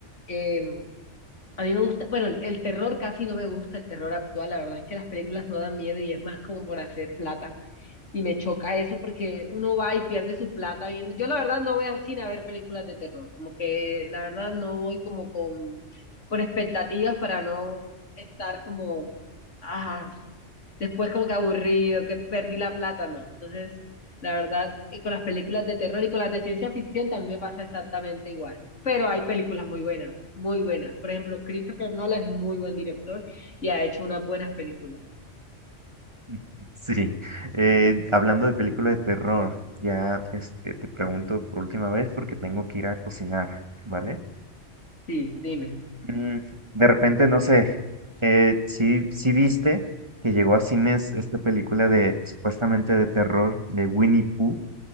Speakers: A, on the left; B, on the right.
A: Eh, a mí me gusta, bueno, el terror casi no me gusta, el terror actual. La verdad es que las películas no dan miedo y es más como por hacer plata. y me choca eso porque uno va y pierde su plata viendo. Yo la verdad no voy a cine a ver películas de terror, como que la verdad no voy como con, con expectativas para no estar como, ah, después como que aburrido, que perdí la plata, no. Entonces, la verdad, y con las películas de terror y con las de ciencia ficción también me pasa exactamente igual. Pero hay películas muy buenas, muy buenas. Por ejemplo, Christopher Nolan es muy buen director y ha hecho unas buenas películas.
B: <laughs> Sí, eh, hablando de películas de terror, ya este, te pregunto por última vez porque tengo que ir a cocinar, ¿vale?
A: Sí, dime.
B: Mm, de repente, no sé, eh, si sí sí viste que llegó a cines esta película de supuestamente de terror de Winnie Pooh,